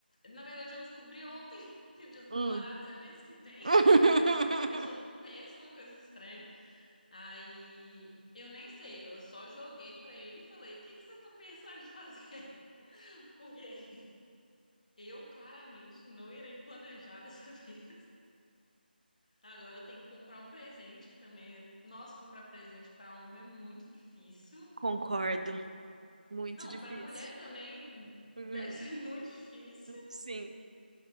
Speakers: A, on the left; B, on the right.
A: Na verdade, eu descobri ontem <laughs> que o Dia dos
B: Hum.
A: Namorados é mês que vem.
B: <laughs>
A: <laughs> Eu sou péssima com esses trem. Aí eu nem sei, eu só joguei pra ele e falei: o que que você tá pensando em fazer? <laughs> Porque eu claramente não irei planejar dessa <laughs> vez. Agora eu tenho que comprar um presente, que também é. Nossa, comprar presente pra homem é muito difícil.
B: Concordo. Muito
A: Não,
B: difícil.
A: pra mulher também
B: Uhum.
A: deve <laughs> ser muito difícil,
B: Sim.